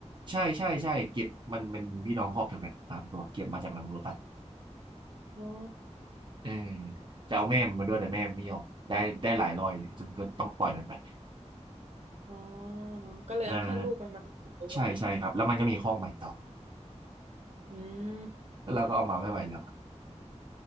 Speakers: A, on the right; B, on the right.
A: ใช่ใช่ใช่เก็บมันเป็นพี่น้องครอบเดียวกันสามตัวเก็บมาจากหลังโลตัส
B: <laughs> อ๋อ
A: เออจะเอาแม่มันมาด้วยแต่แม่มันไม่ยอมได้ได้หลายร้อยเลยจนก็ต้องปล่อยมันไป
B: <laughs> อ๋อก็เลยเอาแค่ลูกมันมาสองตัว
A: อ่าใช่ใช่ครับแล้วมันก็มีข้องใหม่ต่อ
B: อืม
A: แล้วเราก็เอามาไม่ไหวแล้ว